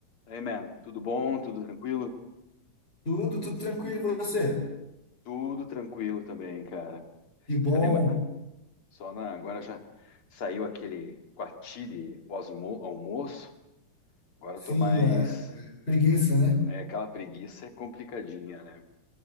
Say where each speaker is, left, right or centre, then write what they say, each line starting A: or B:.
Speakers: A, on the left; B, on the left.
A: Hey, man, tudo bom? Tudo tranquilo?
B: Tudo, tudo tranquilo, e você?
A: Tudo tranquilo também, cara.
B: Que bom.
A: Já dei uma... Só na... Agora já saiu aquele coati de pós-almoço. Agora
B: Sim,
A: eu tô mais...
B: a- a preguiça, né?
A: É, aquela preguiça é complicadinha, né?